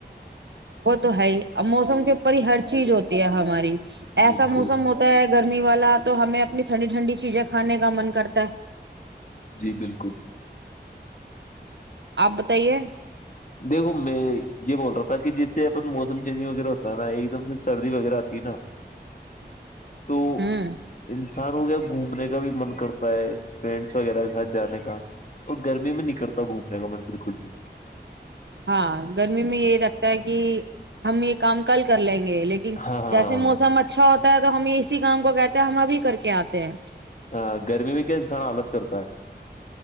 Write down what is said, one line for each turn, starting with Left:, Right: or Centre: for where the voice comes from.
Right: وہ تو ہے ہی اب موسم کے اوپر ہی ہر چیز ہوتی ہے ہماری ایسا
Left: بالکل
Right: موسم ہوتا ہے گرمی والا تو ہمیں اپنی ٹھنڈی ٹھنڈی چیزیں کھانے کا من کرتا کتا
Left: جی بالکل
Right: آپ بتائیے
Left: دیکھو میں یہ بول رہا تھا کہ جس سے اپن موسم چینجگ وغیرہ ہوتا ہے نا ایک دم سے سردی وغیرہ آتی ہے نا تو
Right: ہوں
Left: انسان آسان ہو گیا گھومنے کا بھی من کرتا ہے فرینڈس وغیرہ کے ساتھ جانے کا اور گرمی میں نہیں کرتا گھومنے کا من بالکل بھی
Right: ہاں گرمی میں یہ لگتا ہے کہ ہم یہ کام کل کر لیں گے لیکن
Left: ہاں ہاں
Right: جیسے موسم اچھا ہوتا تو ہم یہ اسی گامں کو کہتے ہیں ہم ابھی کر کے آتے ہیں
Left: ہ گرمی میں کیا انسان آلس کرتا ہے